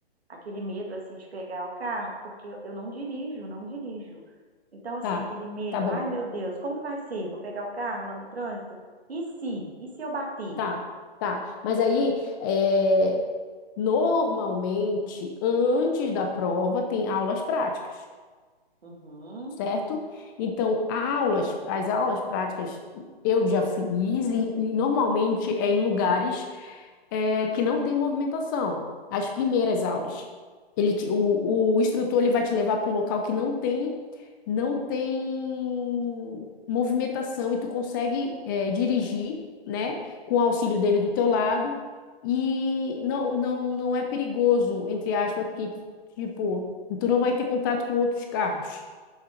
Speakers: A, on the right; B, on the left.
A: aquele medo assim de pegar o carro, porque eu eu não dirijo, não dirijo. Então, assim,
B: Tá,
A: aquele medo,
B: tá bom.
A: ai meu Deus, como que vai ser? Vou pegar o carro lá no trânsito? E se? E se eu bater?
B: Tá, tá. Mas aí, é, normalmente, antes da prova, tem aulas práticas
A: Uhum,
B: certo? Então, aulas, as aulas práticas eu já fiz e, e normalmente é em lugares eh, que não tem movimentação. As primeiras aulas, ele, te- o, o instrutor ele vai te levar para um local que não tem, não tem movimentação e tu consegue eh, dirigir, né, com o auxílio dele do teu lado e não, não, não é perigoso, entre aspas, porque tipo tu não vai ter contato com outros carros